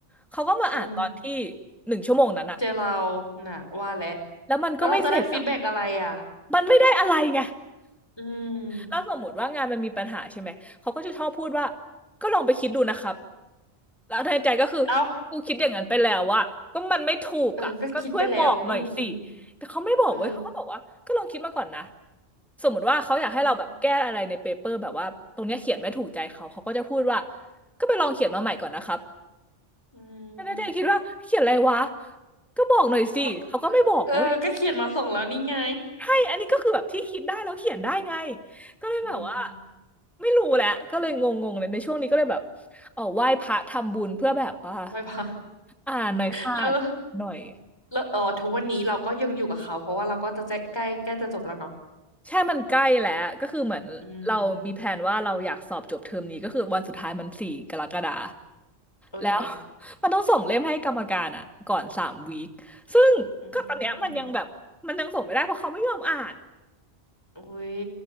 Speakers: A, in the centre; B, on the left (about 25°).
A: เขาก็มาอ่านตอนที่
B: อืม
A: หนึ่งชั่วโมงนั้นอะ
B: เจอเราน่ะว่าแล้ว
A: แล้วมันก็ไม่เสร็จอะ
B: แล้วเราจะได้ฟีดแบ็กอะไรอ่ะ
A: มันไม่ได้อะไรไง
B: อืม
A: ถ้าสมมติว่างานมันมีปัญหาใช่ไหมเขาก็จะชอบพูดว่าก็ลองไปคิดดูนะครับแล้วในใจก็คือ
B: เอ้า
A: กูคิดอย่างนั้นไปแล้วอะก็มันไม่ถูกอะก็ช่วยบอกหน่อยสิ
B: เออก็คิดไปแล้ว อืมอืม
A: แต่เขาไม่บอกเว้ยเขาก็บอกว่าก็ลองคิดมาก่อนนะ
B: เออ
A: สมมติว่าเขาอยากให้เราแบบแก้อะไรในเปเปอร์แบบว่าตรงเนี้ยเขียนไม่ถูกใจเขาเขาก็จะพูดว่า
B: อืม
A: ก็ไปลองเขียนมาใหม่ก่อนนะครับ
B: อืม
A: ในใจคิดว่าเขียนอะไรวะก็บอกหน่อยสิเขาก็ไม่บอกเว้ย
B: เอาเออก็เขียนมาส่งแล้วนี่ไง
A: ใช่อันนี้ก็คือแบบที่คิดได้แล้วเขียนได้ไงก็เลยแบบว่า
B: อืม
A: ไม่รู้แหละก็เลยงงๆเลยในช่วงนี้ก็เลยแบบเออไหว้พระทำบุญเพื่อแบบว่า
B: ไว้ <laughs> พะ
A: อ่านหน่อยค่ะ
B: แล้ว
A: หน่อย
B: แล้วเออทุกวันนี้เราก็ยังอยู่กับเขาเพราะว่าเราก็จะใกล้ใกล้ใกล้จะจบแล้วเนาะ
A: ใช่มันใกล้แล้วก็คือเหมือนเรามมีแผนว่าเราอยากสอบจบเทอมนี้ก็คือวันสุดท้ายมันสี่กรกฎา
B: อืม โอเค
A: แล้ว <laughs> มันต้องส่งเล่มให้กรรมการอ่ะก่อนสามวีคซึ่งก็ตอนเนี้ยมันยังแบบมันยังส่งไม่ได้เพราะเขาไม่ยอมอ่าน
B: อืมอุ้ย